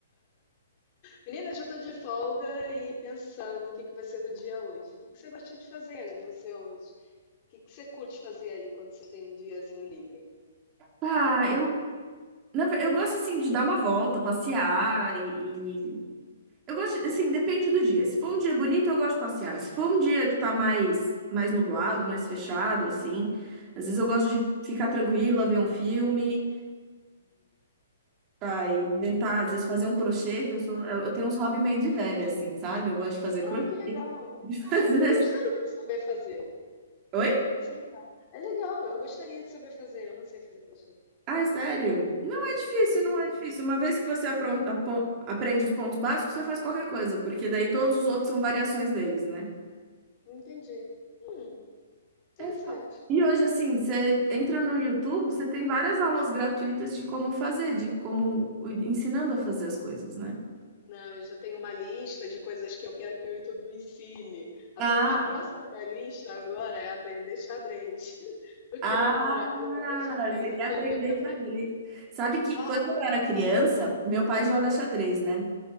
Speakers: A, on the left (about 40°); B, on the right (about 30°).
A: Menina, já estou de folga e pensando o que que vai ser do dia hoje. O que que você gosta de fazer nos seus... O que que você curte fazer aí quando você tem um diazinho livre?
B: Ah, eu, na ver- eu gosto assim de dar uma volta, passear e, e- eu gosto de- assim, depende do dia. Se for um dia bonito, eu gosto de passear. Se for um dia que tá mais mais nublado, mais fechado assim, às vezes eu gosto de ficar tranquila, ver um filme Tá, inventar, às vezes fazer um crochê, que eu sou. Eu, eu tenho uns hobby meio de velha, assim, sabe? Eu gosto de fazer
A: Ah,
B: crochê.
A: que legal!
B: <laughs> de fazer-
A: Eu gostaria de saber fazer.
B: Oi?
A: Isso é legal. É legal, eu gostaria de saber fazer. Eu não sei fazer crochê.
B: Ai, sério? Não é difícil,
A: Uhum.
B: não é difícil. Uma vez que você apron- apo- aprende os pontos básicos, você faz qualquer coisa, porque daí todos os outros são variações deles, né?
A: Entendi. Hum, interessante.
B: É fácil. E hoje, assim, você entra no YouTube, você tem várias aulas gratuitas de como fazer, de como ensinando a fazer as coisas, né?
A: Não, eu já tenho uma lista de coisas que eu quero que o YouTube me ensine. A,
B: Ah,
A: prim- a próxima da lista agora é aprender xadrez, <laughs> porque
B: ah.
A: meu namorado ama
B: Ah,
A: xadrez
B: você quer
A: e pôquer
B: aprender
A: também.
B: xadrez. Sabe que
A: Ah,
B: quando eu era criança, meu pai joga xadrez, né?